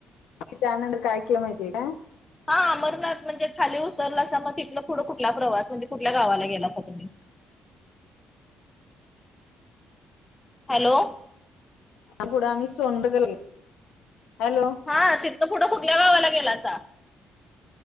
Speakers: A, on the left; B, on the left.
A: त्या नंतर काय केलं माहिती हाय काय.
B: हा अमरनाथ म्हणजे खाली उतरलासा मग तथ पुढं कुठला प्रवास म्हणजे कुठल्या गावाला गेलासा तुम्ही. हॅलो.
A: आणि पुढं आम्ही सोंडल गेलो हॅलो.
B: हा तिथलं पुुटं कुठल्या गावाला गेला सा.